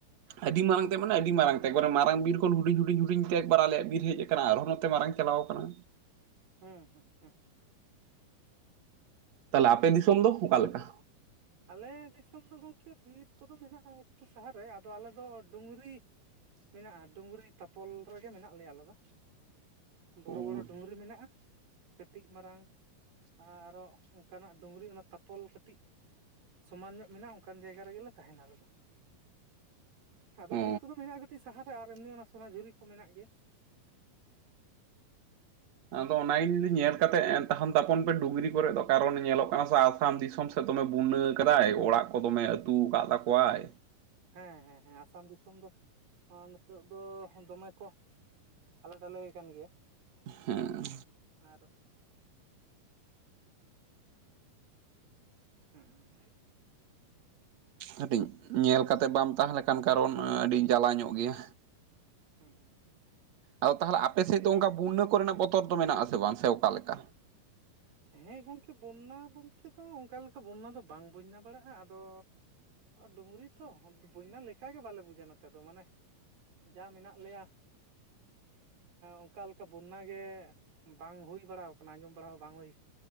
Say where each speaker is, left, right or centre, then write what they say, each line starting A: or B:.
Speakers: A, on the right (about 55°); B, on the right (about 75°).
A: ᱟᱹᱰᱤ ᱢᱟᱨᱟᱝ ᱛᱮ ᱢᱟᱱᱮ ᱟᱹᱰᱤ ᱢᱟᱨᱟᱝ
B: ᱦᱮᱸ
A: ᱛᱮ ᱮᱠᱵᱟᱨᱮ ᱢᱟᱨᱟᱝ ᱵᱤᱨ ᱠᱷᱚᱱ ᱦᱩᱰᱤᱧ ᱦᱩᱰᱤᱧ ᱦᱩᱰᱤᱧ ᱛᱮ ᱮᱠᱵᱟᱨ ᱟᱞᱮᱭᱟᱜ ᱵᱤᱨ ᱦᱮᱡ ᱟᱠᱟᱱᱟ ᱟᱨᱦᱚᱸ ᱱᱚᱛᱮ ᱢᱟᱨᱟᱝ ᱪᱟᱞᱟᱣ ᱠᱟᱱᱟ᱾
B: ᱦᱩᱸ ᱦᱩᱸ ᱦᱩᱸ
A: ᱛᱟᱦᱞᱮ ᱟᱯᱮ ᱫᱤᱥᱚᱢ ᱫᱚ ᱚᱠᱟ ᱞᱮᱠᱟ?
B: ᱟᱞᱮ ᱫᱤᱥᱚᱢ ᱫᱚ ᱜᱚᱝᱠᱮ ᱵᱤᱨ ᱠᱚᱫᱚ ᱢᱮᱱᱟᱜ-ᱟ ᱮᱠᱴᱩ ᱥᱟᱦᱟ ᱨᱮ ᱟᱫᱚ ᱟᱞᱮᱫᱚ ᱰᱩᱝᱨᱤ ᱢᱮᱱᱟᱜ-ᱟ ᱰᱩᱝᱨᱤ ᱛᱟᱯᱚᱞ ᱨᱮᱜᱮ ᱢᱮᱱᱟᱜ ᱞᱮᱭᱟ ᱟᱞᱮ ᱫᱚ᱾ ᱵᱚᱲᱚ
A: ᱚ
B: ᱵᱚᱲᱚ ᱰᱩᱝᱨᱤ ᱢᱮᱱᱟᱜ-ᱟ᱾ ᱠᱟᱹᱴᱤᱜ ᱢᱟᱨᱟᱝ ᱟᱨᱚ ᱚᱝᱠᱟᱱᱟᱜ ᱰᱩᱝᱨᱤ ᱚᱱᱟ ᱛᱟᱯᱚᱞ ᱠᱟᱹᱴᱤᱜ ᱥᱚᱢᱟᱱ ᱧᱚᱜ ᱢᱮᱱᱟᱜ-ᱟ ᱚᱱᱠᱟᱱ ᱡᱟᱭᱜᱟ ᱨᱮᱜᱮ ᱞᱮ ᱛᱟᱦᱮᱱᱟ ᱟᱞᱮ ᱫᱚ ᱟᱫᱚ
A: ᱚ
B: ᱵᱤᱨ ᱠᱚᱫᱚ ᱢᱮᱱᱟᱜ ᱴᱤᱜ ᱥᱟᱦᱟ ᱨᱮ ᱟᱨ ᱮᱢᱱᱤ ᱚᱱᱟ ᱥᱳᱱᱟᱡᱷᱩᱨᱤ ᱠᱚ ᱢᱮᱱᱟᱜ ᱜᱮᱭᱟ᱾
A: ᱟᱫᱚ ᱚᱱᱟᱜᱤᱧ ᱧᱮᱞ ᱠᱟᱛᱮᱜ ᱛᱟᱦᱮᱱ ᱛᱟᱯᱚᱱ ᱯᱮ ᱰᱩᱝᱽᱨᱤ ᱠᱚᱨᱮ ᱫᱚ ᱠᱟᱨᱚᱱ ᱧᱮᱞᱚᱜ ᱠᱟᱱᱟ ᱥᱮ ᱟᱥᱟᱢ ᱫᱤᱥᱚᱢ ᱥᱮᱫ ᱫᱚᱢᱮ ᱵᱩᱱᱱᱟᱹ ᱠᱟᱫᱟᱭ ᱚᱲᱟᱜ ᱠᱚ ᱫᱚᱢᱮ ᱟᱹᱛᱩᱣ ᱠᱟᱫ ᱛᱟᱠᱚᱣᱟᱭ᱾
B: ᱦᱮᱸ ᱦᱮᱸ ᱦᱮᱸ ᱟᱥᱟᱢ ᱫᱤᱥᱚᱢ ᱫᱚ ᱱᱤᱛᱳᱜ ᱫᱚ ᱫᱚᱢᱮ ᱠᱚ ᱦᱟᱞᱮ ᱰᱟᱞᱮᱭ ᱠᱟᱱ ᱜᱮᱭᱟ᱾
A: ᱦᱮᱸ
B: ᱟᱨ ᱦᱮᱸ
A: ᱠᱟᱹᱴᱤᱡ ᱧᱮᱞ ᱠᱟᱛᱮᱫ ᱵᱟᱢ ᱛᱟᱦᱮᱸ ᱞᱮᱠᱷᱟᱱ ᱠᱟᱨᱚᱱ ᱟᱹᱰᱤ ᱡᱟᱞᱟ ᱧᱚᱜ ᱜᱮᱭᱟ᱾
B: ᱦᱩᱸ
A: ᱟᱫᱚ ᱛᱟᱦᱞᱮ ᱟᱯᱮ ᱥᱮᱫ ᱫᱚ ᱚᱱᱠᱟ ᱵᱩᱱᱱᱟᱹ ᱠᱚᱨᱮᱱᱟᱜ ᱵᱚᱛᱚᱨ ᱫᱚ ᱢᱮᱱᱟᱜ ᱟᱥᱮ ᱵᱟᱝ ᱥᱮ ᱚᱠᱟ ᱞᱮᱠᱟ?
B: ᱦᱮᱸ ᱜᱚᱝᱠᱮ ᱵᱚᱱᱱᱟ ᱵᱚᱞᱛᱮ ᱫᱚ ᱚᱝᱠᱟ ᱞᱮᱠᱟ ᱵᱚᱱᱱᱟ ᱵᱟᱝ ᱵᱚᱧᱱᱟ ᱵᱟᱲᱟᱜ-ᱟ ᱟᱫᱚ ᱰᱩᱝᱨᱤ ᱛᱚ ᱵᱚᱧᱱᱟ ᱞᱮᱠᱟᱜᱮ ᱵᱟᱞᱮ ᱵᱩᱡᱟ ᱱᱚᱛᱮ ᱫᱚ ᱢᱟᱱᱮ ᱡᱟᱦᱟ ᱢᱮᱱᱟᱜ ᱞᱮᱭᱟ, ᱚᱱᱠᱟ ᱞᱮᱠᱟ ᱵᱚᱱᱱᱟ ᱜᱮ ᱵᱟᱝ ᱦᱩᱭ ᱵᱟᱲᱟ ᱟᱠᱟᱱᱟ, ᱟᱸᱡᱚᱢ ᱵᱟᱲᱟ ᱦᱚᱸ ᱵᱟᱝ ᱦᱩᱭ